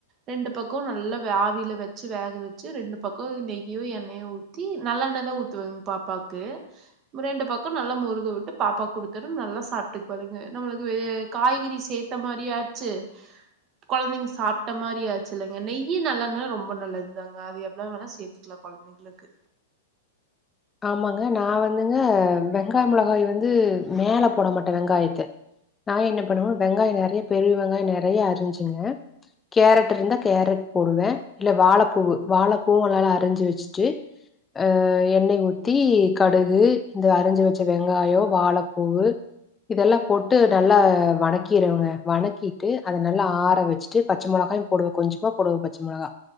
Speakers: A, on the right; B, on the left.
A: ரெண்டு பக்கொ நல்லா வே ஆவியில வச்சு வேக வெச் ச்சு ரெண்டு பக்கொ நெய்யோ எண்ணெயோ ஊத்தி நல்லெண்ண தா ஊத்வேங்க பாப்பாக்கூ ரெண்டு பக்கொ நல்லா முருக விட்டு பாப்பாக் குடுத்தரு நல்லா சாப்ட்டுக்குவாழுங்க நம்மளுக்கு காய்கறி சேத் த மாரியு ஆச்சு கொழந்தைங்க சாப்ட்ட மாரி ஆச்சுல்லங்க நெய்யி நல்லெண்ண ரொம்ப நல்லது இதாங்க அது எவ்ளோ வேணா சேர்த்திக்கலா கொழந்தைங்களுக்கு
B: ஆமாங்க நா வந்துங்க வெங்காய மொளகாய வந்து மேல போட மாட்டே வெங்காயத்த நா என்ன பண்ணுவே வெங்காய நெறைய பெரிய வெங்காய நெறைய அரிஞ்சுக கேரட் இருந்தா கேரட் போடுவே இல்ல வாழைப்பூவு வாழைப்பூவு நல்லா அரிஞ்சு வெச்சுட்டு ஆ எண்ணெ ஊத்தி கடுகு இந்த அரிஞ்சு வச்ச வெங்காயோ வாழைப்பூவு இதெல்லா போட்டு நல்லா வணக்கிருவங்க வணக்கிட்டு அத நல்லா ஆற வச்சுட்டு பச்ச மொளகாய் போடுவே கொஞ்சமா போடுவே பச்ச மொளகா